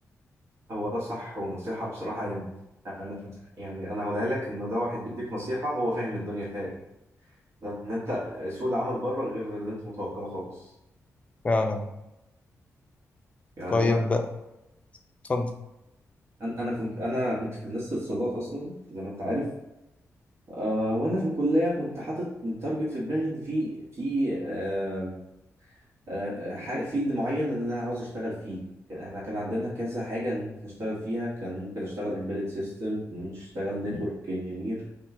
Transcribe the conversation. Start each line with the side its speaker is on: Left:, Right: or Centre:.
Right: هو ده صح ونصيحة بصراحة يعني أنا يعني أنا هقولها لك إن ده واحد بيديك نصيحة هو فاهم الدنيا فيها إيه لأن أنت سوق العمل بره غير اللي أنت متوقعه خالص
Left: فعلا
Right: يعني
Left: طيب
Right: أنا
Left: اتفضل
Right: أنا أنا كنت أنا كنت في هندسة اتصالات أصلا زي ما أنت عارف آه وأنا في الكلية كنت حاطط تارجت في دماغي إن في في آه آه آه، حاجة فيلد معين إن أنا عاوز أشتغل فيه كان- احنا كان عندنا كذا حاجة ممكن أشتغل فيها كان ممكن أشتغل embedded system ممكن أشتغل network engineer